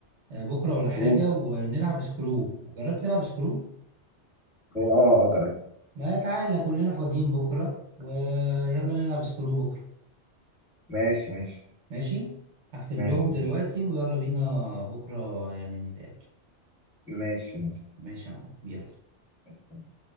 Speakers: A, on the right; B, in the centre.
A: آه، بكرة ولا حاجة
B: و
A: ونلعب سكرو جربت تلعب سكرو
B: اه اجرب
A: ما تعالى كلنا فاضيين بكرة ويلا نلعب سكرو بكرة
B: ماشي ماشي
A: ماشي هكتب
B: ماشي
A: لهم
B: ماشي
A: دلوقتي ويلا بينا بكرة يعني نتقابل
B: ماشي
A: ماشي يا معلم يلا
B: ماشي